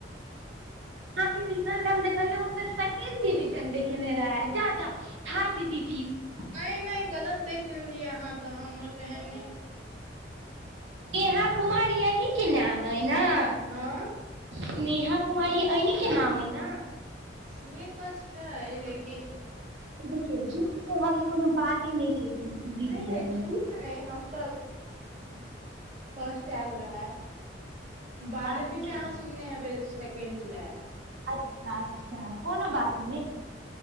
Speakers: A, on the right; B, on the right.
A: अहाँ केँ रिजल्ट हम देखल हुँ तऽ सेकेंड डिविजन देखेने रहे है जा जा थर्ड डिविजन
B: नै नै गलत देखियै अहाँ तऽ हमर त एहन नै
A: नेहा कुमारी अही केँ नाम हय न
B: हँ
A: <inaudible> नेहा कुमारी अहीं केँ नाम हय न
B: से तऽ छै लेकिन।
A: देखियौ जूठ कहय कऽ कोनो बाते नै छै दीदी
B: नहि
A: ऐमें
B: <unintelligible> फर्स्ट ऐल रहेै <inaudible> बारहवीं
A: अच्छा
B: में अहाँ सुनने है सेकेंड लै
A: अच्छा अच्छा कोनो बात नै